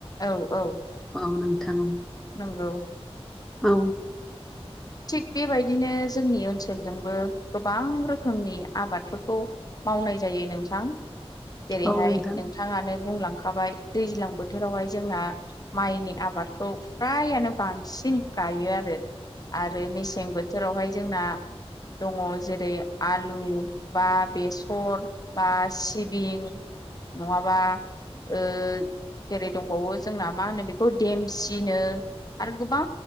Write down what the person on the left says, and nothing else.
औ- औ।
नंगौ।
थिग बेबायदिनो जोंनि ओनसोलजोंबो गोबां रोखोमनि आबादफोरखौ। मावनाय जायो नोंथां जेरैहाय
नोंथाङानो। बुंलांखाबाय दैज्लां बोथोरावहाय जोंहा माइनि आबादखौ फ्रायानो बांसिन। सिन गायो आरो आरो मेसें बोथोरावहाय जोंना। दङ' जेरै आलु बा, बेसर बा, सिबिं। नंङाबा ओ। जेरै दंबावो जोंना मा होनो बेखौ देमसिनो। आरो गोबां